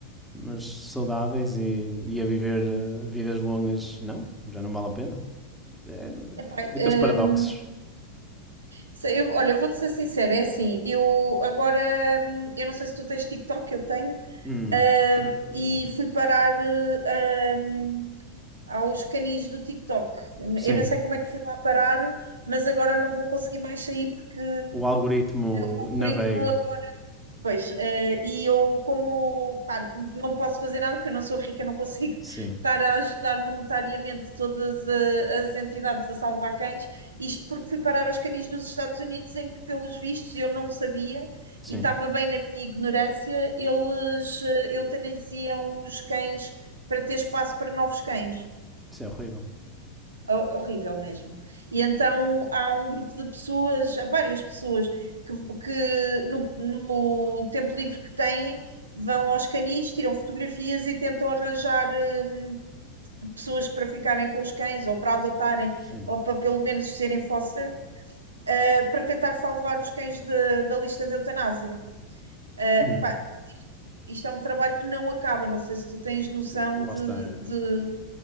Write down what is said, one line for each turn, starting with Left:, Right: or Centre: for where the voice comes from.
Centre: mas saudáveis e, e a viver eh, vidas longas, não, já não vale a pena. É
Right: Epá,
Centre: daqueles
Right: ahm,
Centre: paradoxos.
Right: se- eu, olha, eu vou-te ser sincera, é assim, eu agora, hum, eu não sei se tu tens TikTok, eu tenho,
Centre: Hum,
Right: ahm,
Centre: hum, hum,
Right: e fui parar eh, ahm, aos canis do TikTok.
Centre: sim,
Right: Eu não sei como é que fui lá parar, mas agora não vou conseguir mais sair porque
Centre: o algoritmo
Right: o algoritmo
Centre: navega.
Right: agora Pois, eh, e eu como, pá, não posso fazer nada porque eu não sou rica, não consigo <laughs>
Centre: Sim,
Right: estar a ajudar monetariamente todas eh, as entidades a salvar cães, isto porque fui parar aos canis dos Estados Unidos em que, pelos vistos, eu não sabia
Centre: sim,
Right: e estava bem na minha ignorância, eles eh, eutanasiam os cães para ter espaço para novos cães.
Centre: isso é horrível.
Right: Ho- Horrível mesmo. E então há um grupo de pessoas, há várias pessoas que, que no, no tempo livre que têm vão aos canis, tiram fotografias e tentam arranjar hum, pessoas para ficarem com os cães ou para adotarem
Centre: Sim.
Right: ou para pelo menos serem foster, eh, para tentar salvar os cães de- da lista de eutanásia. Eh,
Centre: Hum,
Right: pá, isto isto é um trabalho que não acaba, não sei se tu tens noção
Centre: lá
Right: de,
Centre: está.
Right: de,